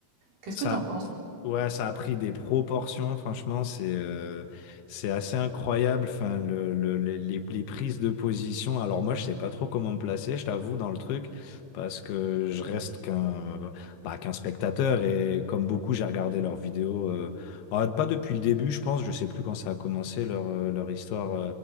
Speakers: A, on the right (about 55°); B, on the left (about 80°).
A: Qu'est-ce
B: Ça,
A: que t'en penses?
B: ouais, ça a pris des proportions, franchement, c'est euh, c'est assez incroyable. Enfin, le, le- les, les- les prises de position. Alors moi, je sais pas trop comment me placer, je t'avoue, dans le truc, parce que je reste qu'un bah, qu'un spectateur et comme beaucoup, j'ai regardé leurs vidéos. euh, ah, pas depuis le début, je pense. Je sais plus quand ça a commencé leur euh, leur histoire